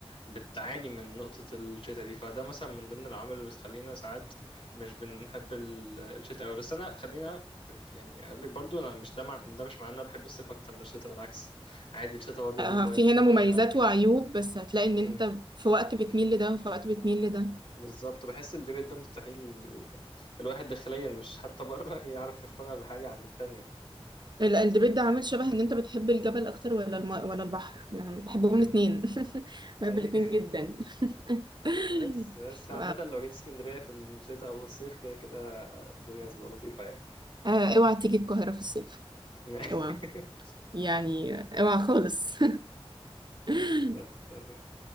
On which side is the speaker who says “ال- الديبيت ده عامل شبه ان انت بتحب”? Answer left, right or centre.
Right